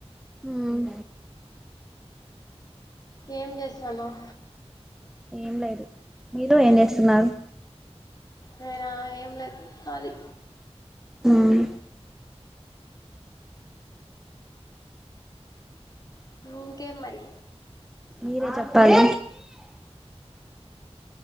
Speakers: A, in the centre; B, on the left.
A: మ్మ్
B: ఏం చేస్తానావు
A: ఏం లేదు మీరు ఏం చేస్తున్నారు.
B: నేనా ఏం లేదు కాలి
A: హ్మ్
B: ఇంకేం మరి
A: మీరే చెప్పాలి.